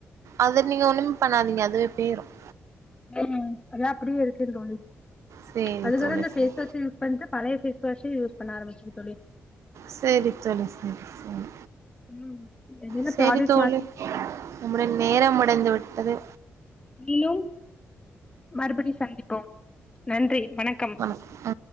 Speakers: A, on the right; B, on the left.
A: அது நீங்க ஒண்ணுமே பண்ணாதீங்க அதுவே பேயிரும்
B: ம் அதா அப்டியே இருக்கு தோழி
A: சேரி
B: அதுக்குதா
A: தோழி
B: நா இந்த
A: சேரி
B: பேஸ் வாஷே யூஸ் பண்ட்டு பழைய ஃபேஸ் வாஷே யூஸ் பண்ண ஆரம்பிச்சிட்ட தோழி
A: சேரி தோழி சேரி தோழி
B: ம் என்னென்ன
A: செரி
B: ப்ராடக்ட்
A: தோழி
B: மாத்தி
A: நம்முடைய நேரம் முடிந்து விட்டது
B: நீயும் மறுபடி சந்திப்போம் நன்றி வணக்கம்
A: ஆ